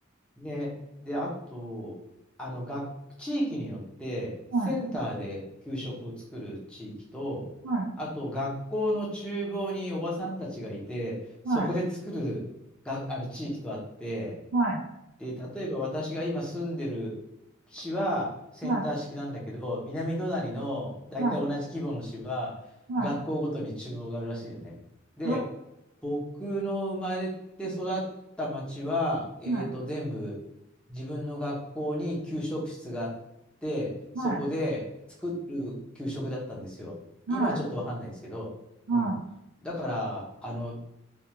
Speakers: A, in the centre; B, on the right.
A: ね、で、あと、あの、学、地域によって、
B: はい、
A: センターで給食を作る地域と、
B: はい、
A: あと、学校の厨房におばさんたちがいて、
B: はい、
A: そこで作るが、あの、地域とあって、
B: はい、
A: で、例えば私が今住んでる市はセンター式なんだけど、
B: はい、
A: 南隣の大体同じ規模の市は学校ごとに中央があるらしいのね。
B: はい、はい、
A: で、
B: は
A: 僕の生まれて育った町は、えーと、
B: い、
A: 全部自分の学校に給食室があって、
B: はい、
A: そこで作る給食だったんですよ。
B: はい、はい、
A: 今はちょっとわかんないですけど、
B: はい。
A: うん。だから、あの、